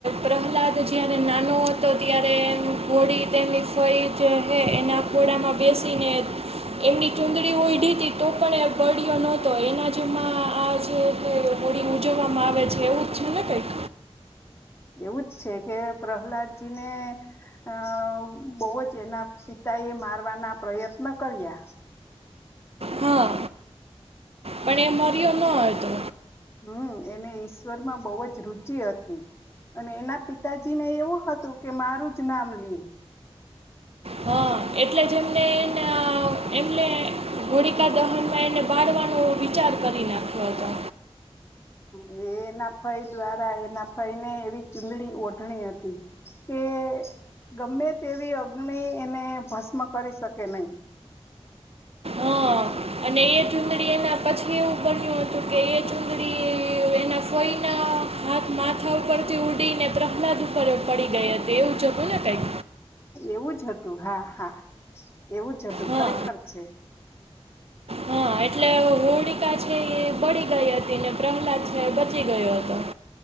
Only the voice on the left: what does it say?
એવું જ છે કે પ્રહલાદજીને અ બવજ એના પિતા એ મારવાના પ્રયત્ન કર્યા.
હમ એને ઈશ્વરમાં બવ જ રુચિ હતી અને એના પિતાજીને એવું હતું કે મારું જ નામ લિયે.
હ એ એના ફય દ્વારા એના ફય ને એવી ચુંદડી ઓઢણી હતી કે ગમે તે એવી અગ્નિ એને ભસ્મ કરી શકે નહી.
એવું જ હતું હા હા એવું જ હતું
ખરેખર છે.